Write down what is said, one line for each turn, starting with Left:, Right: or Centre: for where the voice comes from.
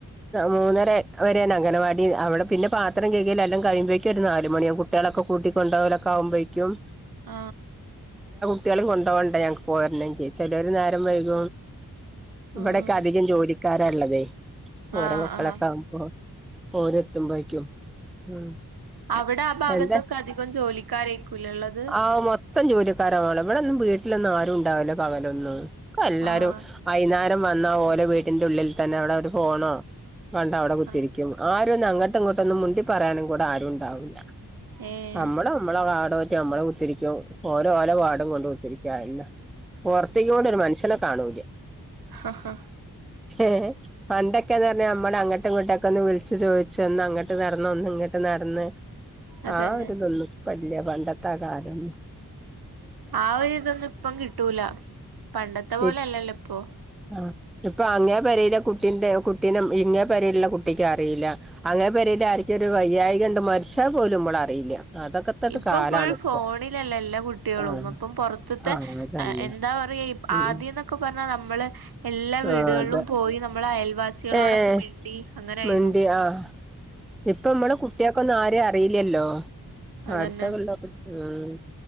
Centre: മൂന്നര വരെ അംഗനവാടി അവടെ പിന്നെ പാത്രംഴിയൽ എല്ലാം കഴിയ്പോഴക്കും ഒരു നാലുമണിയാകട്ടികളക്കെ കൂട്ടിക്ക കൊണ്ടപോലൊക്കെകുമ്പോഴക്കും
Right: ആ
Centre: കുട്ടികളും കൊണ്ടോ കൊണ്ട ഞങ്ങക്ക് പോരുന്ന ചെയ്യ ചെലരു നേരം വൈക ഇവിടെയൊക്കെ
Right: ഉം
Centre: അധികം ജോലി കാരള്ളതെ ഓര
Right: ആഹ്
Centre: മക്കളൊക്കെ
Right: ആഹ്
Centre: ആകുമ്പോ ഓര എത്തുമ്പോഴക്കും ഉം
Right: അവിടെ ആ ഭാഗത്തൊക്കെ
Centre: എന്താ
Right: അധികം ജോലിക്കാരേക്കൂലേ ഉള്ളത്
Centre: ആ മൊത്തം ജോലിക്കാരമാണം ഇവിടെ ഒന്നും വീട്ട ട്ടിൽ ഒന്നും ആരും ഉണ്ടാവല്ലോ പകലൊന്നും <unintelligible>
Right: ആഹ്
Centre: വന്ന പോലെ വീട്ടന്റെ ഉള്ളിൽ തന്നെ അവിടെ ഒരു ഫോണോ കണ്ട അവിടെ കുത്തിരിക്കും
Right: ആഹ്
Centre: ആരും അംഗ ങ്ങോട്ടൊന്നും മുണ്ടി പറയാനും കൂടെ ആരും ഉണ്ടാവൂല്ല
Right: ഏഹ്
Centre: നമ്മള നമ്മള പറ്റ നമ്മള ഒത്തിരിക്കും ഓരോഓലോ വാർടും കൊണ്ട് കുത്തിരിക്കല്ല ഓർത്തിക്കോണ്ട് ഒരു മനഷ്യനെ കാണുല്ല
Right: ഹ ഹഹ
Centre: ഏ പണ്ടൊക്കെന്ന് പറഞ്ഞാൽ നമ്മള അങ്ങട്ടുംങ്ങോട്ടൊക്കെ ഒന്ന് വിളിച്ചു ചോദിച്ചു പച്ച ഒന്ന് അങ്ങോട്ട് നടന്നു ഒന്ന് ഇങ്ങോട്ട് നടന്ന്
Right: അതന്നെ
Centre: ആ ഒരു തോന്നും പള്ളിയ പണ്ടത്തെ കാലും
Right: ആ ഒരു ഇതൊന്നും ഇപ്പം കിട്ടൂല പണ്ടത്തെ പോലെ
Centre: ഈ
Right: അല്ലല്ലോ ഇപ്പൊ
Centre: ആഹ് ഇപ്പൊ അങ്ങേ പരയിലെ കുട്ടിന്റെ കുട്ടീും ഇങ്ങേ പരയിലുള്ള കുട്ടിക്ക് അറിയില്ല അങ്ങനെ പരൽ ആർക്കും ഒരു വയ്യായി കണ്ടണ്ട് മരിച്ചാൽ പോലും നമ്മള അറിയില്ല അതൊക്കെത്തട്ട്
Right: ഇപ്പൊ
Centre: കാലാണ്
Right: ഫുൾ
Centre: ഇപ്പൊ
Right: ഫോണിലല്ല എല്ലാ കുട്ടികളും
Centre: ആഹ്
Right: അപ്പം പുറത്തത്തെ
Centre: ആഹ് അതല്ലേ
Right: എന്താ പറയാ
Centre: ഉം
Right: ആദ്യം എന്നൊക്കെ പറഞ്ഞാൽ നമ്മള് എല്ലാ വീടുകളിലും
Centre: ആഹ് അതെ
Right: പോയി നമ്മൾ അയ പ്രവാസികളോടൊക്കെ
Centre: ഏഹ്
Right: വേണ്ടി അങ്ങനൊയിരുന്നു
Centre: മിണ്ടി ആഹ് ഇപ്പൊ നമ്മടെ കുട്ടിയക്ക ഒന്നും ആരെയ അറിയില്ലല്ലോ
Right: അതന്നെ
Centre: അടുത്തള്ള ഉം